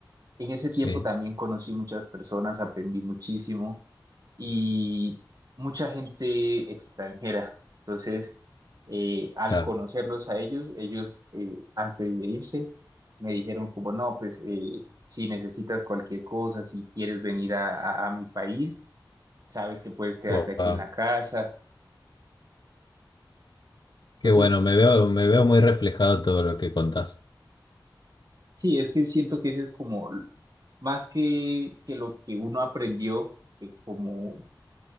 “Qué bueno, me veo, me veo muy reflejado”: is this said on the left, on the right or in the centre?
Left